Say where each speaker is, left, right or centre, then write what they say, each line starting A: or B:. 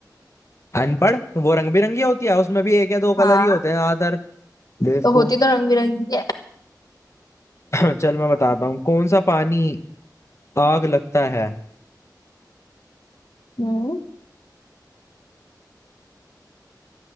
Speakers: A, on the left (about 40°); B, on the left (about 60°).
A: अनपढ़ वो रंग बिरंगी होती है उसमें भी एक या दो
B: हाँ
A: कलर ही होते हैं ज्यादातर बेवकूफ
B: तो होती तो रंग बिरंगी है
A: <clears throat> <laughs> चल मैं बताता हूँ कौन सा पानी आग लगता है
B: हम्म